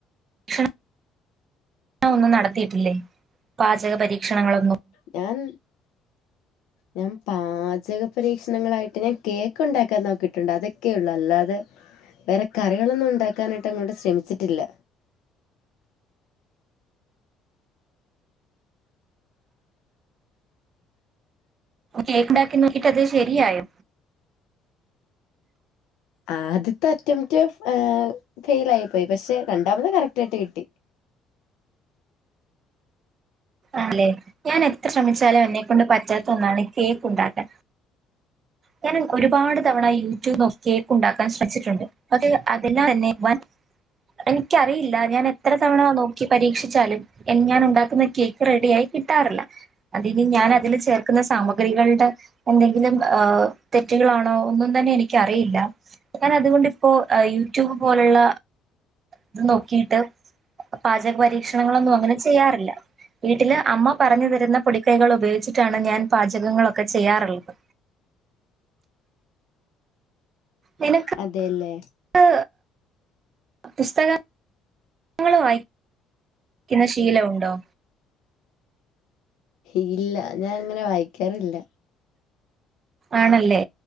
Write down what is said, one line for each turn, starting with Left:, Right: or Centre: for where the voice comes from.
Right: ശ താൻ ഒന്നും നടത്തിയിട്ടില്ലേ പാചക പരീക്ഷണങ്ങളോ
Left: ഞാൻ ഞാൻ പാചക പരീക്ഷണങ്ങളായിട്ട് ഞാൻ കേക്ക് ഉണ്ടാക്കാൻ നോക്കിയിട്ടുണ്ട് അതൊക്കെയ ഉള്ളു അല്ലാതെ വേറെ കറികളൊന്നും ഉണ്ടാക്കാനായിട്ട് അങ്ങോട്ട് ശ്രമിച്ചിട്ടില്ല
Right: കേക്ക് ഉണ്ടാക്കി നോക്കിട്ടത് ശെരിയായോ
Left: ആദ്യത്തെ അറ്റംപ്റ്റ് ഫെയിൽ ആയി പോയി. പക്ഷെ രണ്ടാമത് കറക്റ്റ് ആയിട്ട് കിട്ടി
Right: അല്ലേ ഞാൻ എത്ര ശ്രമിച്ചാലും എന്നെ നെ കൊണ്ട് പറ്റാത്ത ഒന്നാണ് കേക്ക് ഉണ്ടാക്കാൻ ഞാൻ ഒരുപാട് തവണ യൂട്യൂബ് നോക്കി കേക്ക് ഉണ്ടാക്കാൻ ശ്രമിച്ചിട്ടുണ്ട് അതെല്ലാം തന്നെ വൻ എനിക്കറിയില്ല ഞാൻ എത്ര തവണ നോക്കി പരീക്ഷിച്ചാലും ഞാൻ ഉണ്ടാക്കുന്ന കേക്ക് റെഡി ആയി കിട്ടാറില്ല അതിനി ഞാൻ അതിൽ ചേർക്കുന്ന സാമഗ്രികളുടെ എന്തെങ്കിലും ഏ തെറ്റുകളാണോ ഒന്നും തന്നെ എനിക്കറിയില്ല ഞാൻ അതുകൊണ്ടിപ്പോ യൂട്യൂബ് പോലുള്ള ഇത് നോക്കിട്ട് പാചക പരീക്ഷണങ്ങളൊന്നും അങ്ങനെ ചെയ്യാറില്ല വീട്ടില് അമ്മ പറഞ്ഞു തരുന്ന പൊടിക്കൈകൾ ഉപയോഗിച്ചിട്ടാണ് ഞാൻ പാചകങ്ങളൊക്കെ ചെയ്യാറുള്ളത് നിനക്ക്
Left: അതെല്ലേ
Right: ക്ക് പുസ്തകങ്ങള് വായിക്കുന്ന ശീലണ്ടോ
Left: ഇല്ല ഞാൻ ഇങ്ങനെ വായിക്കാറില്ല
Right: ആണല്ലേ